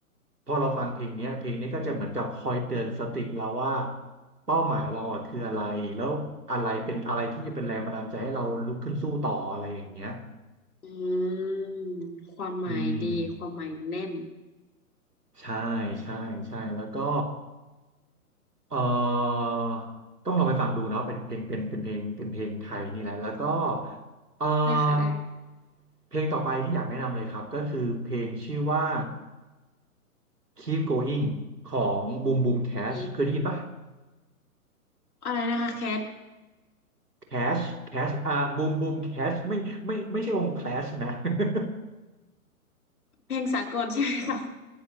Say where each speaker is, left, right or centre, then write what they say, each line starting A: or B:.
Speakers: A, on the right; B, on the left.
A: พอเราฟังเพลงเนี้ยเพลงนี้ก็จะเหมือนกับคอยเตือนสติเราว่าเป้าหมายเราอ่ะคืออะไรแล้วอะไรเป็นอะไรที่จะเป็นแรงบันดาลใจให้เราลุกขึ้นสู้ต่ออะไรอย่างเงี้ย
B: อืมความหมายดีความหมายแน่น
A: อืมใช่ใช่ใช่แล้วก็ เอ่อต้องลองไปฟังดูเนาะเป็นเพลงเป็นเป็นเพลงเป็นเพลงไทยนี่แหละแล้วก็เอ่อ
B: ได้ค่ะได้
A: เพลงต่อไปที่อยากแนะนำเลยครับก็คือเพลงชื่อว่า Keep Going ของ Boom Boom Cash
B: อีฟ
A: เคยได้ยินปะ
B: อะไรนะคะแคท
A: Cash Cash อ่า Boom Boom Cash ไม่ไม่ไม่ใช่วง Clash นะ <laughs>
B: เพลงสากลใช่ไหมคะ